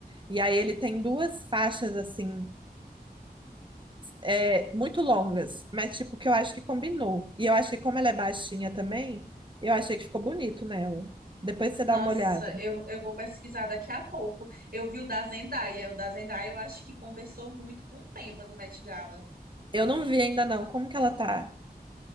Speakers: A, on the right; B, on the right.
A: E aí ele tem duas faixas assim é, muito longas, mas tipo que eu acho que combinou. E eu acho que como ela é baixinha também, eu achei que ficou bonito nela. Depois você
B: Nossa,
A: dá uma olhada.
B: eu, eu vou pesquisar daqui a pouco. Eu vi o da Zendaya. O da Zendaya eu acho que conversou muito com o tema do Met Gala.
A: Eu não vi ainda não, como que ela tá?